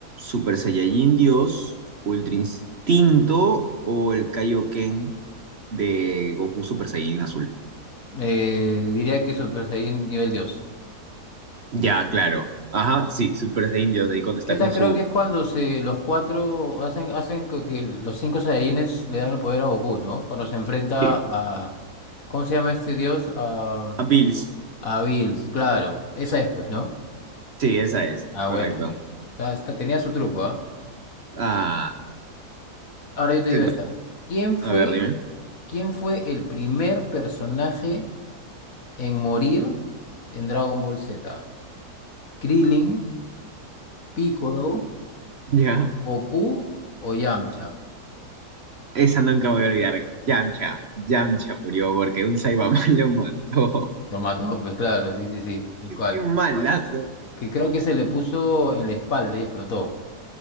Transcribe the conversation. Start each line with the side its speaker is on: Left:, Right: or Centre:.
Right: Super Saiyajin Dios, Ultra Instinto o el Kaioken de Goku Super Saiyajin Azul.
Left: Eh, diría que Super Saiyan nivel 2.
Right: Ya, claro. Ajá, sí, Super de Indios, ahí cuando está
Left: Esa
Right: con
Left: creo
Right: su...
Left: que es cuando se, los cuatro hacen, hacen co- que los cinco Saiyajines le dan el poder a Goku, ¿no? Cuando se enfrenta
Right: Sí,
Left: a... ¿Cómo se llama este dios? A,
Right: a Bills.
Left: a Bills, claro. Esa es, pues, ¿no?
Right: Sí, esa es,
Left: Ah,
Right: correcto.
Left: bueno, bueno. Está- está- tenía su truco, ¿ah?
Right: Ah,
Left: Ahora yo te
Right: te
Left: digo
Right: to-
Left: esta. ¿Quién fue,
Right: A ver, dime. <laughs>
Left: quién fue el primer personaje en morir en Dragon Ball Z? ¿Krillin, Piccolo,
Right: Ya,
Left: Goku o Yamcha?
Right: esa nunca me voy a olvidar. Yamcha, Yamcha murió porque un Saibaman <laughs> lo mató.
Left: Lo mató, pues claro, sí, sí, sí, tal cual.
Right: Qué malazo.
Left: que creo que se le puso en la espalda y explotó.